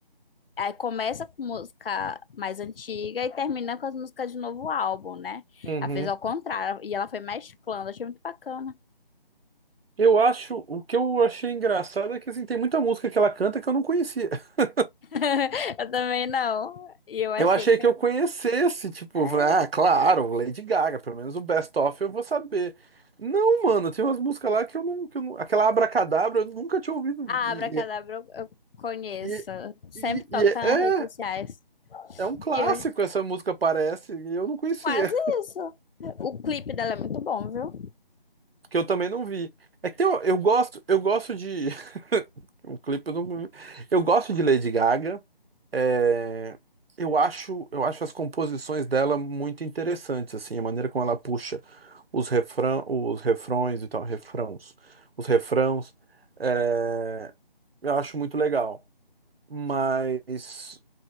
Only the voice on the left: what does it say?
Aí começa com música mais antiga e termina com as músicas de novo álbum, né?
Ela fez ao contrário, e ela foi mesclando, achei muito bacana.
<laughs> Eu também não. E eu achei
que.
eu-
É.
A
Abracadabra eu eu conheço.
Sempre
toca
nas
redes sociais.
E eu
quase isso. O clipe dela é muito bom, viu?